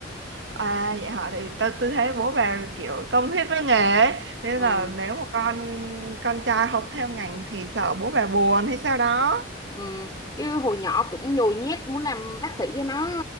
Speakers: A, on the right; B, on the left.
A: à vậy hả? Tại vì tôi tôi thấy bố bà kiểu tâm huyết với nghề ấy. Nên
B: ừ
A: là nếu mà con con trai học theo ngành thì sợ bố bà buồn hay sao đó.
B: Ừ, chứ hồi nhỏ cũng nhồi nhét muốn làm bác sĩ cho nó